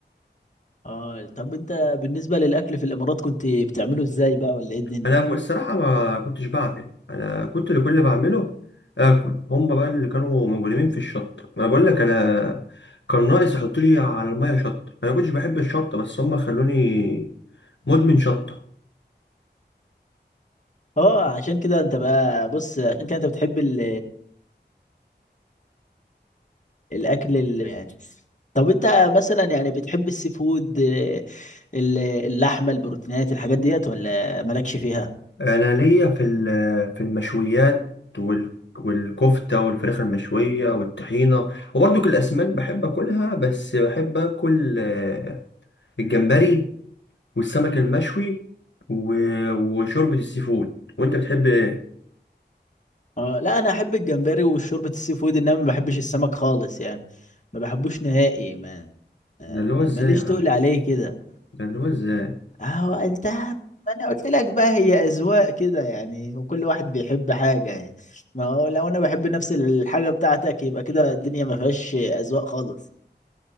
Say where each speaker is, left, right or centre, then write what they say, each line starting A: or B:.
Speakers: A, on the left (about 45°); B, on the left (about 85°).
A: اه طب انت بالنسبه للاكل في الامارات كنت بتعمله ازاي بقى ولا ايه الدنيا
B: انا الصراحه ما كنتش بعمل انا كنت اللي كل اللي بعمله اكل هم بقى اللي كانوا مجرمين في الشط ما أنا بقول لك انا كان ناقص يحطوا لي على الميه شطه انا كنتش بحب الشطه بس هم خلوني مدمن شطه
A: اه عشان كده انت بقى بص عشان كده انت بتحب ال الاكل ال يعني طب انت مثلا يعني بتحب السي فود ال- اللحمه البروتينات الحاجات ديت ولا مالكش فيها
B: انا ليا في ال- في المشويات وال والكفته والفراخ المشويه والطحينه وبرضك الاسماك بحب اكلها بس بحب اكل آه، الجمبري والسمك المشوي و- وشوربه السي فود وانت بتحب إيه؟
A: اه لا انا احب الجمبري وشوربة السي فود انما ما بحبش السمك خالص يعني ما بحبوش نهائي ما آه،
B: ده اللي هو ازاي
A: ماليش
B: يا عم
A: تقول عليه كده
B: ده اللي هو ازاي
A: اهو انت ما انا قلت لك بقى هي اذواق كده يعني وكل واحد بيحب حاجة يعني ما هو لو انا بحب نفس الحاجة بتاعتك يبقى كده الدنيا ما فيهاش اذواق خالص